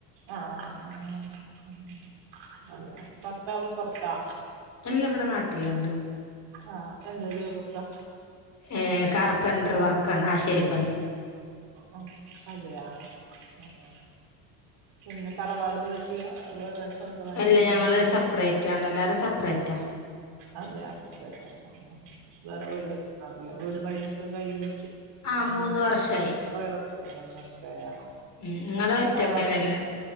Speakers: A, on the right (about 60°); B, on the left (about 35°).
A: ആഹ് അങ്ങനെ ഉം ഉം ഭർത്താവ് പൊറത്താ?
B: എല്ല ഇവിടെ നാട്ടില്ണ്ട്
A: ആഹ് എന്താ ജോബൊക്കെ?
B: ഏഹ് കാർപ്പന്റർ വർക്കാണ് ആശേരിപ്പണി
A: ആഹ് അതെയോ? ആഹ് ആഹ് പിന്നെ തറവാട് വീട്ടില് വേറെ സ്വന്തമായിട്ട്
B: എല്ല
A: വീട്
B: ഞങ്ങള്
A: കിട്ടിയതാ
B: സെപ്പറേറ്റാണ് എല്ലാരും സെപ്പറേറ്റാ
A: അതെ ആ സെപ്പറേറ്റാണോ വേറെ വീട് വെക്കാന്ന്ലേ വീട് പണിയൊക്കെ കഴിഞ്ഞ്
B: ആഹ് മൂന്ന് വർഷായി
A: വർഷായോ മൂന്ന് വർഷായോ
B: ഉം ഇങ്ങളൊറ്റക്കന്നെല്ലേ?
A: തറവാട്